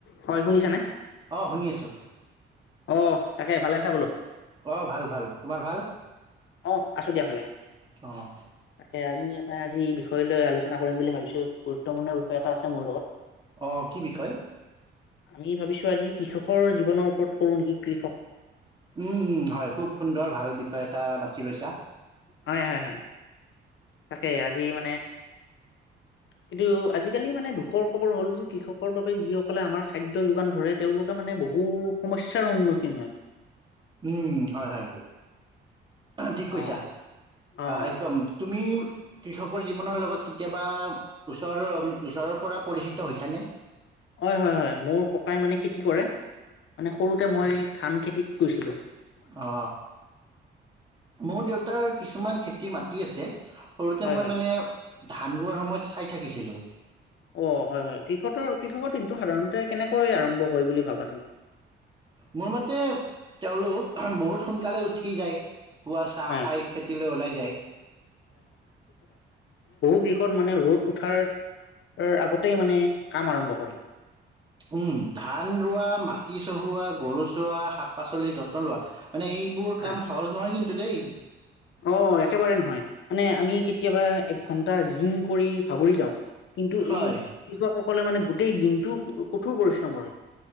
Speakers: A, on the left; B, on the right.
A: হয় শুনিছানে
B: অঁ শুনি আছোঁ
A: অ তাকে ভালে আছা বোলো
B: অ ভাল ভাল তোমাৰ ভাল
A: অ আছো দিয়া ভালে
B: অঁ
A: তাকে আমি তাই আজি এই বিষয় লৈ আলোচনা কৰিম বুলি ভাবিছো গুৰুত্বপূৰ্ণ বিষয় এটা আছে মোৰ লগত
B: অঁ কি বিষয়
A: আমি ভাবিছো আজি কৃষকৰ জীৱনৰ ওপৰত কৰো নেকি কৃষক
B: উম উম হয় খুব সুন্দৰ ভাল বিষয় এটা বা ছি লৈছা
A: হয় হয় তাকে আজি মানে কিন্তু আজিকালি মানে দুখৰ খবৰ হ'ল যে কৃষকৰ বাবে যিসকলে আমাৰ খাদ্য যোগান ধৰে তেওঁলোকে মানে বহু সমস্যাৰ সন্মুখীন হয়
B: উম হয় হয় ঠিক কৈছা
A: অ' অ'
B: একদম তুমি কৃষক জীৱনৰ লগত কেতিয়াবা ওচৰৰ ওচৰৰ পৰা পৰিচিত হৈছানে
A: হয় হয় হয় মোৰ ককাই মানে খেতি কৰে মানে সৰুতে মই ধান খেতিত কৈছিলো
B: অ মোৰ দেউ তাৰ কিছুমান খেতিৰ মাটি আছে সৰুতে
A: হয়
B: মই
A: হয়।
B: মানে ধান ৰোৱাৰ সময়ত চাই থাকিছিলোঁ
A: অ হয় হয় কৃষতৰ কৃষকৰ দিনটো সাধাৰণতে কেনেকৈ আৰম্ভ হয় বুলি ভাবা তুমি?
B: মোৰ মতে তেওঁলোক বহুত সোনকালে উঠি যায়। পুৱা চাহ
A: হয়,
B: খাই খেতিলৈ ওলাই যায়।
A: পূব দিশত মানে ৰ'দ উঠাৰ আগতেই মানে কাম আৰম্ভ কৰে।
B: উম ধান ৰোৱা মা তি চহোৱা, গৰু চোৱা, শাক পাচলিৰ যত্ন লোৱা মানে এইবোৰ
A: হয়।
B: কাম সহজ নহয় কিন্তু দেই
A: অ একেবাৰে নহয় মানে আমি কেতিয়াবা এক ঘণ্টা জিম কৰি ভাগৰি যাওঁ, কিন্তু
B: হয়,
A: এই কৃষক সকলে মানে গোটেই দিনটো কঠোৰ পৰিশ্ৰম কৰে